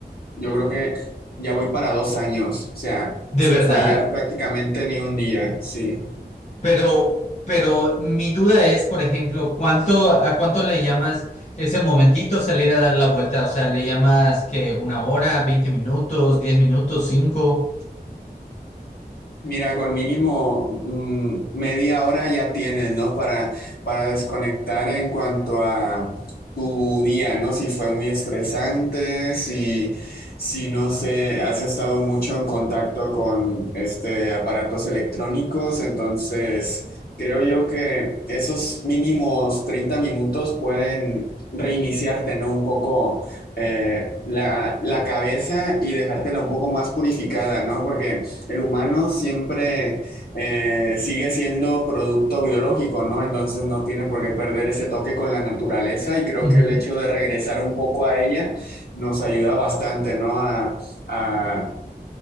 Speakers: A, on the left; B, on the left.
A: yo creo que ya voy para dos años, o sea,
B: De
A: sin
B: verdad,
A: fallar prácticamente ni un día, sí.
B: pero, pero mi duda es, por ejemplo, ¿cuánto, a cuánto le llamas ese momentito salir a dar la vuelta? O sea, ¿le llamas que una hora, 20 minutos, 10 minutos, cinco
A: Mira, con mínimo mm, media hora ya tienes, ¿no? Para, para desconectar en cuanto a tu día, ¿no? Si fue muy estresante, si, si no sé, has estado mucho en contacto con este aparatos electrónicos, entonces creo yo que esos mínimos 30 minutos pueden reiniciarte, ¿no? Un poco eh, la, la cabeza y dejártela un poco más purificada, ¿no? Porque el humano siempre eh, sigue siendo producto biológico, ¿no? Entonces no tiene por qué perder ese toque con la naturaleza y creo
B: Ujú,
A: que el hecho de regresar un poco a ella nos ayuda bastante, ¿no? A, a-